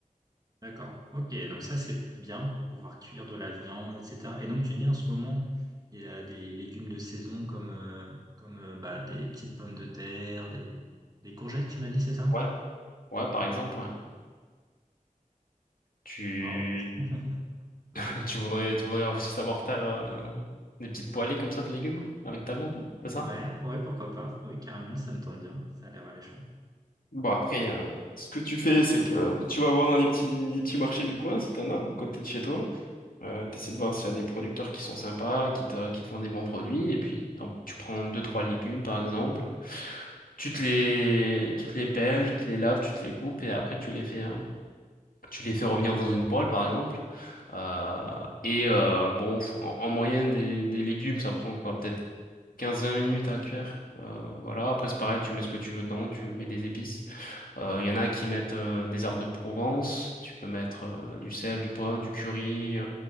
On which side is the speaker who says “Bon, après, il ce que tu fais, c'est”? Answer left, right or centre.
Left